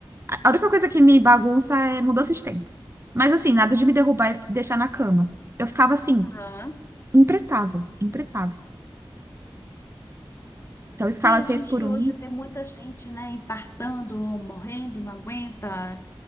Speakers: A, on the right (about 30°); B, on the left (about 30°).
A: A única coisa que me bagunça é mudança de tempo. Mas assim, nada de me derrubar e deixar na cama. Eu ficava assim,
B: Aham.
A: imprestável, imprestável. Então,
B: Isso
A: escala
B: Que a
A: 6
B: gente
A: por um?
B: hoje vê muita gente, né, infartando, morrendo, não aguenta,